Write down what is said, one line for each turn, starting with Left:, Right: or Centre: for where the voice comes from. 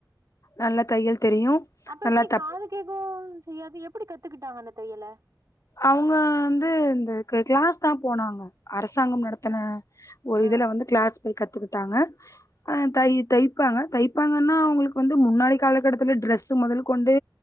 Left: நல்லா தையல் தெரியு
Right: அப்ப
Left: நல்லா
Right: எப்டி
Left: தப்
Right: காது கேகும் செய்யாது எப்டி கத்துக்கிட்டாங்க அந்த தையல
Left: அவங்க வந்து இந்த கிளாஸ் தா போனாங்க அரசாங்கம்
Right: ம்
Left: நடத்தன ஒரு
Right: ம்
Left: இதுல வந்து கிளாஸ் போய் கத்துக்கிட்டாங்க தை தைப்பாங்க தைப்பாங்கன்னா அவங்களுக்கு வந்து முன்னாடி காலக்கட்டத்தில டிரரெஸ்ஸு முதல் கொண்டு